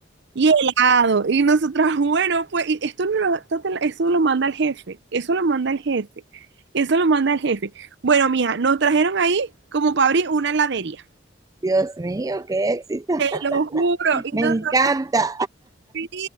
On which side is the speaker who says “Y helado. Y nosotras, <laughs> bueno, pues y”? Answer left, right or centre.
Right